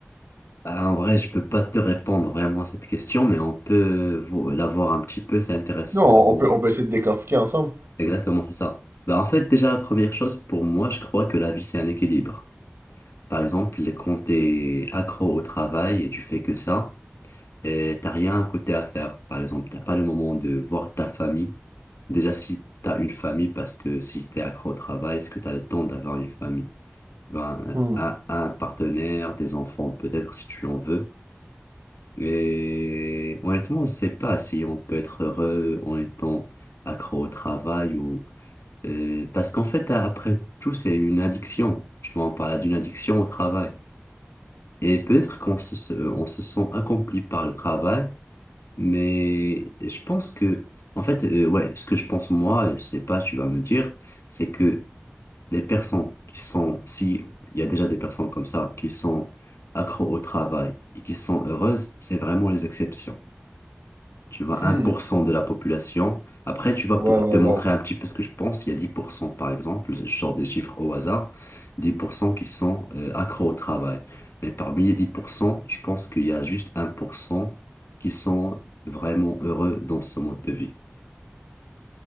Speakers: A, on the left (about 85°); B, on the right (about 75°).
A: Ah, En vrai, je peux pas te répondre vraiment à cette question, mais on peut vo- la voir un petit peu, c'est intéressant.
B: Non, on peut, on peut essayer de décortiquer ensemble.
A: Exactement, c'est ça. Bah, en fait, déjà, la première chose, pour moi, je crois que la vie, c'est un équilibre. Par exemple, quand t'es accro au travail et tu fais que ça, et t'as rien à côté à faire. Par exemple, t'as pas le moment de voir ta famille. Déjà, si t'as une famille, parce que si t'es accro au travail, est-ce que t'as le temps d'avoir une famille? Ben,
B: Hmm.
A: un, un partenaire, des enfants, peut-être, si tu en veux. Et honnêtement, on ne sait pas si on peut être heureux en étant accro au travail ou... euh, parce qu'en fait, a- après tout, c'est une addiction. Tu vois, on parle d'une addiction au travail. Et peut-être qu'on se, se- euh, on se sent accompli par le travail, mais je pense que... En fait, euh, ouais, ce que je pense moi, je sais pas, tu vas me dire, c'est que les personnes qui sont... Si, il y a déjà des personnes comme ça, qui sont accro au travail et qui sont heureuses, c'est vraiment les exceptions tu vois,
B: Hmm.
A: un pour cent de la population. Après, tu vois,
B: Ouais,
A: pour
B: ouais,
A: te montrer
B: ouais.
A: un petit peu ce que je pense, il y a 10% par exemple, je sors des chiffres au hasard, 10% qui sont euh, accros au travail. Mais parmi les dix pour cent je pense qu'il y a juste un pour cent qui sont vraiment heureux dans ce mode de vie.